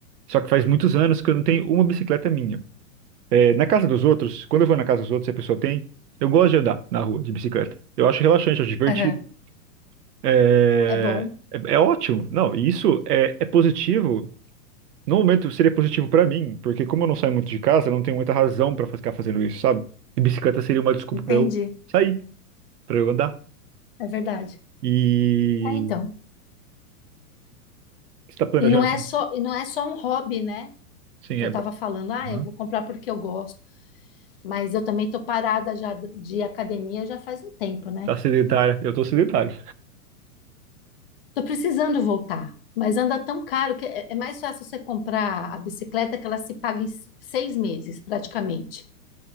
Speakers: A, on the right; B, on the left.
A: Só que faz muitos anos que eu não tenho uma bicicleta minha. É, na casa dos outros, quando eu vou na casa dos outros e a pessoa tem, eu gosto de andar na rua de bicicleta. Eu acho relaxante, acho divertido.
B: aham,
A: É,
B: é bom,
A: é, é ótimo. Não, e isso é, é positivo. No momento seria positivo pra mim, porque como eu não saio muito de casa, eu não tenho muita razão pra ficar fazendo isso, sabe? E bicicleta seria uma desculpa
B: entendi,
A: pra eu sair, pra eu andar.
B: é verdade.
A: E
B: É, então.
A: você está planejando
B: E não é
A: com...
B: só, e não é só um hobby, né?
A: Sim,
B: Que
A: é...
B: eu estava falando, ah,
A: aham.
B: eu vou comprar porque eu gosto. Mas eu também tô parada já de academia já faz um tempo, né?
A: Tá sedentário. Eu tô sedentário.
B: Tô precisando voltar, mas anda tão caro que é é mais fácil você comprar a bicicleta que ela se paga em s- seis meses, praticamente